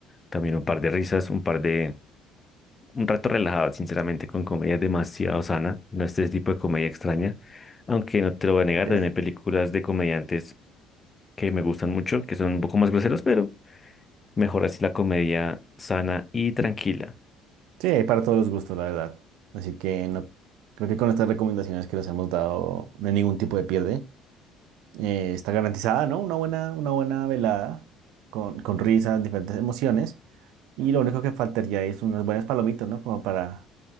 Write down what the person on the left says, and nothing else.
también un par de risas, un par de, un rato relajado, sinceramente, con comedia demasiado sana, no este tipo de comedia extraña, aunque no te lo voy a negar,
también hay películas de comediantes que me gustan mucho, que son un poco más groseros, pero mejor así la comedia sana y tranquila.